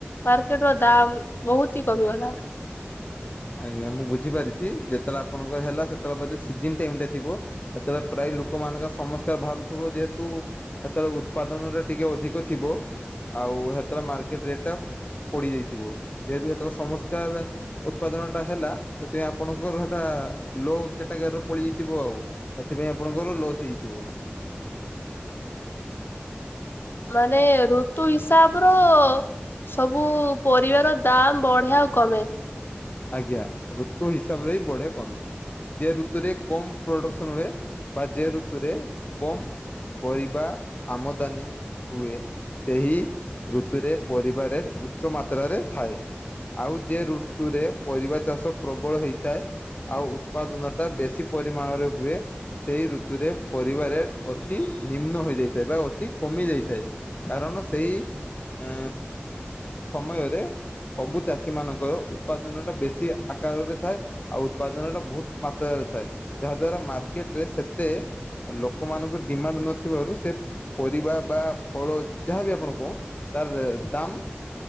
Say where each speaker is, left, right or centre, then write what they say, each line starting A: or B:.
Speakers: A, on the left; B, on the left.
A: ମାର୍କେଟର ଦାମ୍ ବହୁତି କମିଗଲା।
B: ଆଜ୍ଞା। ମୁଁ ବୁଝିପାରିଛି। ଯେତେବେଳେ ଆପଣଙ୍କର ହେଲା ସେତେବେଳେ ବୋଧେ ସିଜିିନ୍ ଟାଇମ୍ ରେ ଥିବ। ସେତେବେଳେ ପ୍ରାୟ ଲୋକମାନଙ୍କ ସମସ୍ୟା ବାହାରୁଥିବ। ଯେହେତୁ ସେତେବେଳେ ଉତ୍ପାଦନଟା ଟିକେ ଅଧିକ ଥିବ। ଆଉ ସେତେବେଳେ ମାର୍କେଟ ରେଟ୍ ଟା ପଡ଼ିଯାଇଥିବ। ଯେହେତୁ ସେତେବେଳେ ସମସ୍କାର ଉତ୍ପାଦନଟା ହେଲା। ସେଥିପାଇଁ ଆପଣଙ୍କର ସେଇଟା ଲୋ କ୍ୟାଟାଗରୀରେ ପଡି ଯାଇଥିବ ଆଉ। ସେଥିପାଇଁ ଆପଣଙ୍କର ଲସ୍ ହେଇଥିବ?
A: ମାନେ ଋତୁ ହିସାବର ସବୁ ପରିବାର ଦାମ୍ ବଢ଼େ ଆଉ କମେ।
B: ଆଜ୍ଞା। ଋତୁ ହିସାବରେ ହି ବଢେ କମେ। ଯେ ଋତୁରେ କମ୍ ପ୍ରଡ଼କ୍ସନ୍ ହୁଏ, ବା ଯେ ଋତୁରେ କମ୍ ପରିବା ଆମଦାନୀ ହୁଏ। ସେହି ଋତୁରେ ପରିବା ରେଟ୍ ଉଚ୍ଚ ମାତ୍ରାରେ ଥାଏ। ଆଉ ଯେ ଋତୁରେ ପରିବା ଚାଷ ପ୍ରବଳ ହେଇଥାଏ। ଆଉ ଉତ୍ପାଦନ ଟା ବେଶୀ ପରିମାଣରେ ହୁଏ। ସେହି ଋତୁରେ ପରିବା ରେଟ୍ ଅତି ନିମ୍ନ ହୋଇଯାଇଥାଏ ବା ଅତି କମିଯାଇଥାଏ। କାରଣ ସେଇ ଏ ସମୟରେ ସବୁ ଚାଷୀ ମାନଙ୍କର ଉପାଦ ଦନ ଟା ବେଶୀ ଆକାର ରେ ଥାଏ ଆଉ ଉତ୍ପାଦନ ଟା ବହୁତ ମାତ୍ରାରେ ଥାଏ। ଯାହାଦ୍ୱାରା ମାର୍କେଟରେ ସେତେ ଲୋକମାନଙ୍କ ଡିମାଣ୍ଡ ନଥିବାରୁ ସେ ପରିବା ବା ଫଳ ଯାହାବି ଆପଣ ଙ୍କୁ ତାର ଦାମ୍